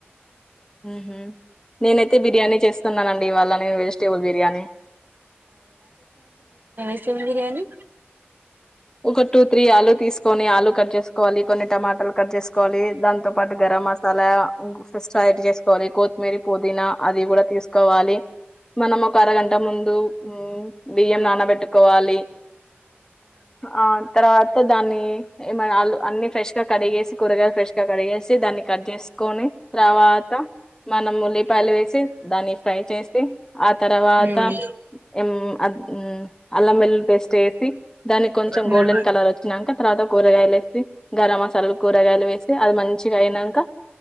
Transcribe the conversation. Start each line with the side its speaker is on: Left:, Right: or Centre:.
Left: ఉహుమ్ నేనైతే బిర్యానీ చేస్తా స్తున్నానండి వాళ్ళ నేను వెజిటేబుల్ బిర్యానీ
Right: చికెన్ బిర్యానీ
Left: ఒక టూ త్రీ ఆలు తీసుకొని ఆలు కట్ చేసుకోవాలి కొన్ని టమాటాలు కట్ చేసుకోవాలి దాంతో పాటు గరం మసాలా స్ట్రేయెట్ చేసుకోవాలి కొత్తిమీర పుదీనా అది కూడా తీసుకో కోవాలి మనం ఒక అరగంట ముందు ఉమ్ బియ్యం నానబెట్టుకోవాలి ఆ తర్వాత దాన్ని అన్ని ఫ్రెష్ గా కరిగేసి కూరగాయలు ఫ్రెష్గా కడిగేసి దాన్ని కట్ చేసుకొని తర్వాత మనం ఉల్లిపాయలు వేసి దాన్ని ఫ్రై చేస్తే ఆ తర్వాత
Right: మ్మ్
Left: ఉమ్ ఉమ్ అల్లం వెల్లులి పేస్ట్ వేసి దానికి కొంచెం
Right: మ్మ్
Left: గోల్డెన్ కలర్ వచ్చాక తర్వాత కూరగాయలు వేసి గరం మసాలాల కూరగాయలు వేసి అది మంచిగా అయినాక